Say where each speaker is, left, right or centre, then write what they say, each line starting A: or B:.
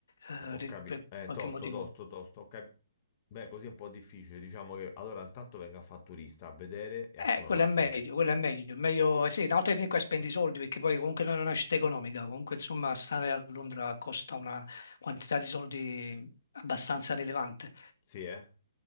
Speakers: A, on the left; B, on the left.
A: eh,
B: ho
A: re-
B: capito.
A: per
B: Eh,
A: qualche
B: tosto,
A: motivo.
B: tosto, tosto. Ho capi- Beh, così è un po' difficile. Diciamo che allora intanto venga a fare turista, a vedere e a
A: Eh,
B: conoscere.
A: quello è meglio, quello è meglio, è meglio, eh sì, una volta che vieni qua e spendi i soldi, perché poi comunque non è una città economica, comunque insomma stare a Londra costa una quantità di soldi abbastanza rilevante.
B: Sì, eh?